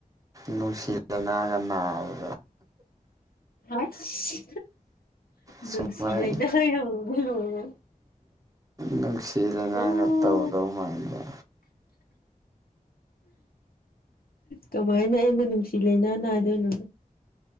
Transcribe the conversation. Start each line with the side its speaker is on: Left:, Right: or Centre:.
Right: ꯅꯨꯡꯁꯤ ꯂꯩꯅꯒ ꯅꯔꯕꯣ
Left: ꯑꯁ
Right: ꯁꯨꯃꯥꯏ
Left: ꯅꯨꯡꯁꯤ ꯂꯩꯅ ꯌꯧꯔꯕ ꯂꯣꯏꯔꯦꯍꯦ
Right: ꯅꯨꯡꯁꯤ ꯂꯥꯏꯅꯥꯒ
Left: ꯑꯣ
Right: ꯇꯧꯗꯧ ꯃꯥꯟꯕ
Left: ꯀꯃꯥꯏꯅ ꯑꯩꯕꯨ ꯅꯨꯡꯁꯤ ꯂꯩꯅ ꯅꯥꯏꯗꯣꯏꯅꯣ